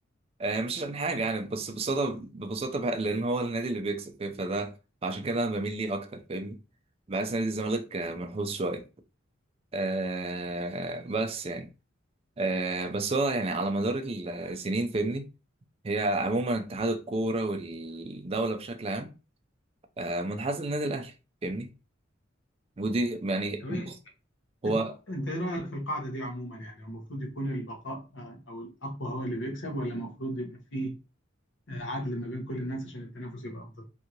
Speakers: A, on the right; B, on the left.
A: آه، مش عشان حاجة يعني بس ببساطة ببساطة بقى لأن هو النادي اللي بيكسب فاهم فده فعشان كده أنا بميل ليه أكتر فاهمني بحس نادي الزمالك آه، منحوس شوية آه بس يعني آه بس هو يعني على مدار السنين فاهمني هي عموما اتحاد الكورة والدولة بشكل عام آه منحاز للنادي الأهلي فاهمني ودي يعني
B: طب إيه-
A: بص، هو
B: انت انت ايه رايك في القاعده دي عموما يعني هو المفروض يكون البقاء آه، او الاقوى هو اللي بيكسب ولا المفروض يبقى فيه آه، عدل ما بين كل الناس عشان التنافس يبقى افضل